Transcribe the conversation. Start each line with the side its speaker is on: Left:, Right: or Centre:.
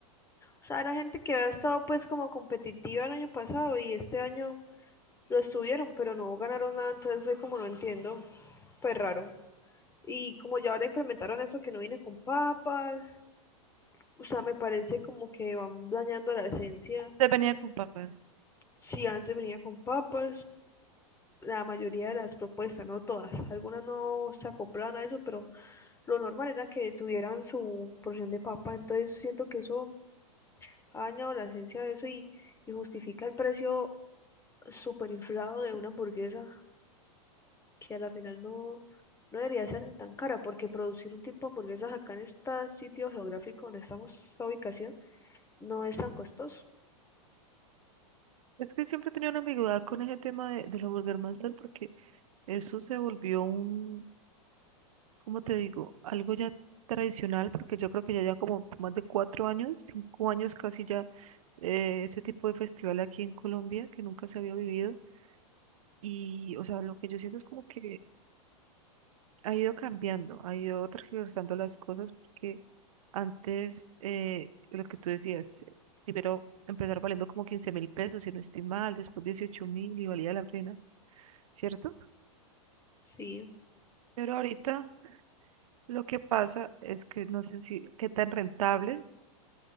Left: O sea, era gente que había estado pues como competitiva el año pasado y este año lo estuvieron, pero no ganaron nada, entonces fue como no entiendo, pues raro. Y como ya ahora implementaron eso que no viene con papas, o sea, me parece como que van dañando la esencia.
Right: Te venía con papas.
Left: Si antes venía con papas, la mayoría de las propuestas, no todas. Algunas no se acoplaban a eso, pero lo normal era que tuvieran su porción de papa. Entonces siento que eso ha dañado la esencia de eso y, y justifica el precio súper inflado de una hamburguesa que a la final no, no debería ser ni tan cara, porque producir un tipo de hamburguesas acá en este sitio geográfico donde estamos, esta ubicación, no es tan costoso.
Right: Es que siempre he tenido una ambigüedad con ese tema de, de la Burger Master porque eso se volvió un como te digo, algo ya tradicional, porque yo creo que ya lleva como más de cuatro años, cinco años casi ya, eh, este tipo de festival aquí en Colombia que nunca se había vivido. Y, o sea, lo que yo siento es como que ha ido cambiando, ha ido tergiversando las cosas, porque antes, eh, lo que tú decías, eh, primero empezar valiendo como quince mil pesos, si no estoy mal, después dieciocho mil y valía la pena, ¿cierto?
Left: Sí.
Right: Pero ahorita lo que pasa es que no sé si qué tan rentable